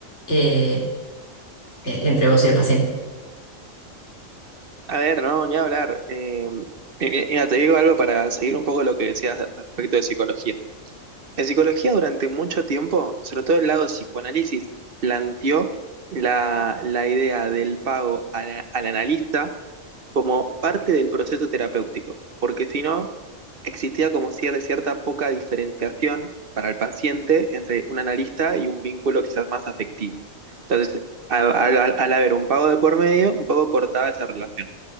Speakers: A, on the left; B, on the right.
A: eh, eh, entre vos y el paciente.
B: A ver, no, ni hablar. Eh, mi- mira, te digo algo para seguir un poco lo que decías respecto de psicología. En psicología durante mucho tiempo, sobre todo el lado de psicoanálisis, planteó la, la idea del pago al, al analista como parte del proceso terapéutico, porque si no, existía como cierta, cierta poca diferenciación para el paciente entre un analista y un vínculo quizás más afectivo. Entonces, al, al- al haber un pago de por medio, un poco cortaba esa relación.